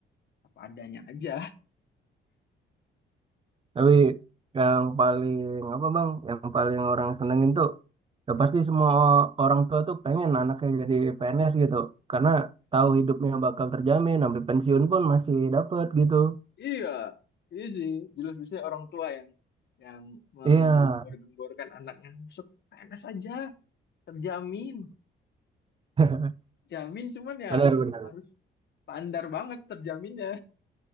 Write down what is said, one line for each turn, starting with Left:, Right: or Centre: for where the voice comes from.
Left: apa adanya aja.
Right: Tapi yang paling apa bang, yang paling orang senengin tuh ya pasti semua orang tua tuh pengen anaknya jadi PNS gitu. Karena tahu hidupnya bakal terjamin, sampai pensiun pun masih dapet gitu.
Left: Iya, iya sih. Jelas biasanya orang tua yang yang menggembor-gemborkan
Right: Iya,
Left: anaknya masuk PNS aja, terjamin,
Right: <laughs>
Left: jamin. Cuman ya
Right: benar-benar.
Left: harus standar banget terjaminnya.